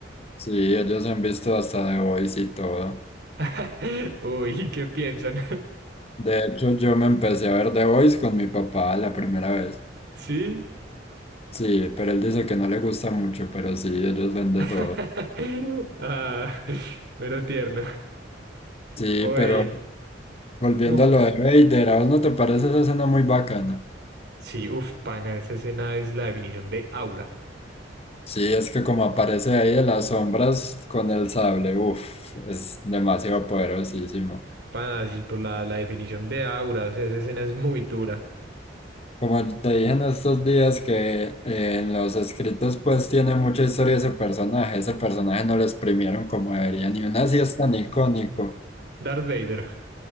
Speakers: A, on the left (about 35°); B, on the right (about 60°).
A: Sí, ellos han visto hasta The Boys y todo.
B: <laughs> Uy, ¿qué piensan?
A: De hecho, yo me empecé a ver The Boys con mi papá la primera vez.
B: <laughs> ¿Sí?
A: Sí, pero él dice que no le gusta mucho, pero sí, ellos ven de
B: <laughs>
A: todo.
B: Ah, mero tierno.
A: Sí,
B: Oye,
A: pero Volviendo
B: ¿cómo?
A: a lo de Vader, ¿a vos no te parece esa escena muy bacana?
B: Sí, uff, pana, esa escena es la definición de aura.
A: Sí, es que como aparece ahí de las sombras con el sable, uff, es demasiado poderosísimo.
B: Pana, sí, por la, la definición de aura, o sea, esa escena es muy dura.
A: Como te dije en estos días que eh, en los escritos pues tiene mucha historia ese personaje, ese personaje no lo exprimieron como deberían y aún así es tan icónico.
B: Darth Vader.